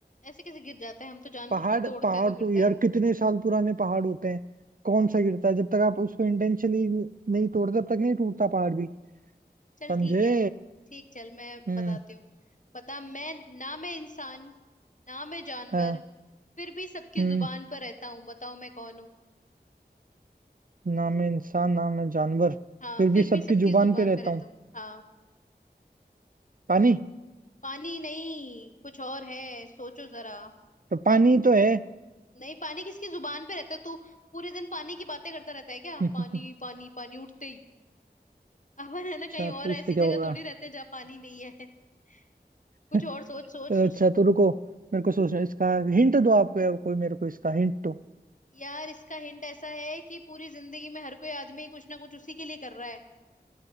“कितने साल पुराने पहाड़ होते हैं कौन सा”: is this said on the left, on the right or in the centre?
Right